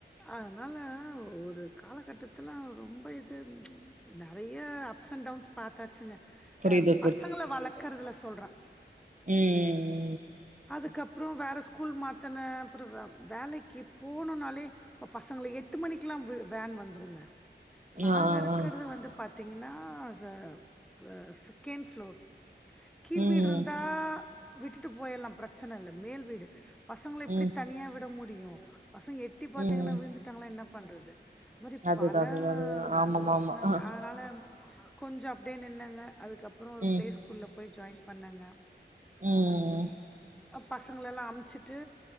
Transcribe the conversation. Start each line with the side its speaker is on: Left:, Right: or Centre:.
Centre: அதனால ஒரு காலகட்டத்துல ரொம்ப இது நறைய அப்ஸண்ட் டவுன்ஸ் பாத்தாச்சுங்க
Right: புரியுது
Centre: ஆ பசங்கள வளக்றதுல சொல்றே
Right: ம் ம் ம்
Centre: அதுக்கப்றோ வேற ஸ்கூல் மாத்துனே அப்றோ வே வேலக்கி போனுனாலே இப்ப பசங்கள எட்டு மணிக்ல்லா வேன் வந்துருங்க நாங்க
Right: ஆ ஆ
Centre: இருக்றது
Right: ஆ
Centre: வந்து பாத் தீங்கனா ச ப செகண்ட் ஃப்ளோர் கீழ்
Right: ம்
Centre: வீட்ருந்தா விட்டுட்டு போய்ரல்லா பிரச்சனல்ல மேல் வீடு பசங்ள எப்டி
Right: ம்
Centre: தனியா விட முடியு பசங்க எட்டி பாத்தாங்கன்னா
Right: ம்
Centre: விழுந்துட்டாங்கனா என்ன பண்றது இது மாரி
Right: அதுதா
Centre: பல
Right: அதுதா அதுதா ஆமாமாமா
Centre: யோசனங்க
Right: ஆ
Centre: அதனால கொஞ்சொ அப்டியே நின்னேங்க அதுக்கப்றோ ஒரு
Right: ம்
Centre: பிளே ஸ்கூல்ல போய் ஜாய்ன் பண்ணங்க
Right: ம்
Centre: பசங்களலா அம்ச்சுட்டு